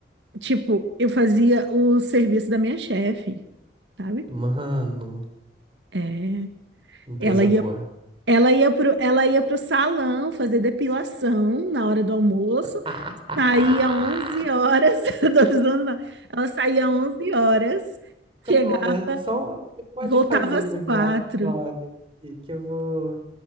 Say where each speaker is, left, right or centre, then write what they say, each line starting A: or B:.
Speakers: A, on the right (about 80°); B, on the right (about 30°).
A: Tipo, eu fazia o serviço da minha chefe, sabe?
B: mano,
A: É,
B: empresa
A: ela ia,
B: boa.
A: ela ia pro, ela ia pro salão fazer depilação na hora do almoço,
B: <laughs>
A: saía 11 horas, <laughs> eu tô zoando, não. Ela saía 11 horas,
B: Cara,
A: chegava,
B: só você pode
A: voltava
B: fazer
A: às
B: meu
A: quatro.
B: relatório aqui, que eu vou